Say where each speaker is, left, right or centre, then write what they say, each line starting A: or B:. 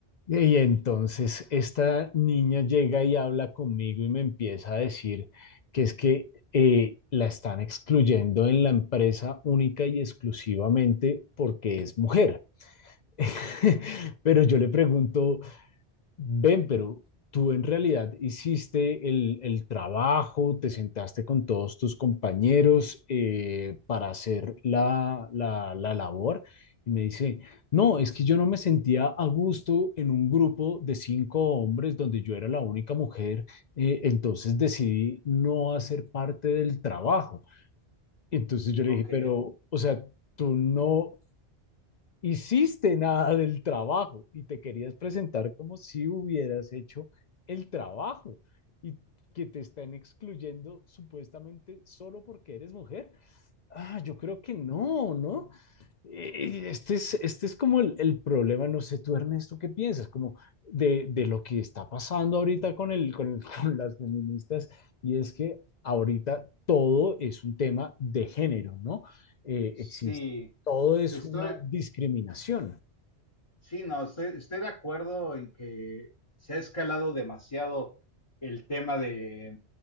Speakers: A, on the left; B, on the left.
A: Y entonces esta niña llega y habla conmigo y me empieza a decir que es que eh, la están excluyendo en la empresa única y exclusivamente porque es mujer. <laughs> Pero yo le pregunto, Ven, pero tú en realidad hiciste el, el trabajo, te sentaste con todos tus compañeros eh, para hacer la, la, la labor. Y me dice, no, es que yo no me sentía a gusto en un grupo de cinco hombres donde yo era la única mujer, eh, entonces decidí no hacer parte del trabajo. Entonces yo le
B: Ok,
A: dije, pero, o sea, tú no, hiciste nada del trabajo y te querías presentar como si hubieras hecho el trabajo y que te están excluyendo supuestamente solo porque eres mujer. Ah, yo creo que no, ¿no? Eh, Este es, este es como el, el problema, no sé tú Ernesto, ¿qué piensas? Como de, de lo que está pasando ahorita con, el, con, el- <laughs> con las feministas y es que ahorita todo es un tema de género, ¿no? Eh,
B: sí,
A: existe, todo es
B: estoy,
A: una discriminación.
B: sí, no, estoy, estoy de acuerdo en que se ha escalado demasiado el tema de,